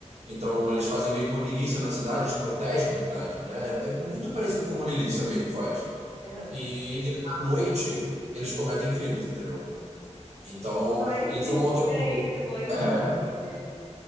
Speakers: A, on the right; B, on the left.
A: Então, eles fazem meio que uma milícia na cidade, eles protegem a cidade, né? É é muito parecido com uma milícia mesmo, faz.
B: aham.
A: E, e aí, à noite, eles cometem crimes, entendeu? Então,
B: Heróis
A: eles
B: de
A: são
B: dia
A: um motoclube.
B: e vilões
A: <laughs>
B: à noite.